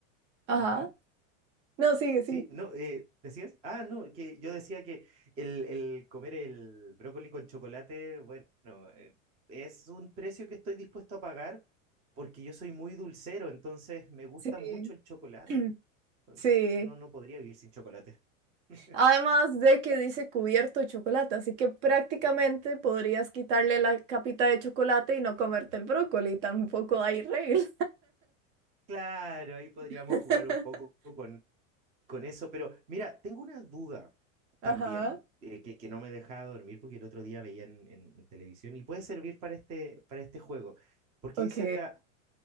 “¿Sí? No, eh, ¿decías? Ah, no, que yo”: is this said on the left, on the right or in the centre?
Right